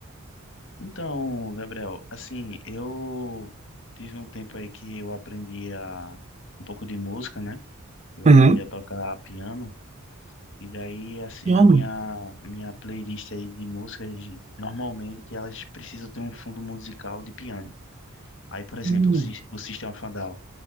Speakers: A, on the left; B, on the right.
A: Então, Gabriel, assim, eu tive um tempo aí que eu aprendi a um pouco de música, né? Eu
B: Uhum.
A: aprendi a tocar piano e daí, assim,
B: Piano?
A: a minha a minha playlist aí de músicas, normalmente elas precisam ter um fundo musical de piano. Aí, por exemplo,
B: Hum,
A: o, Sis- o System of a Down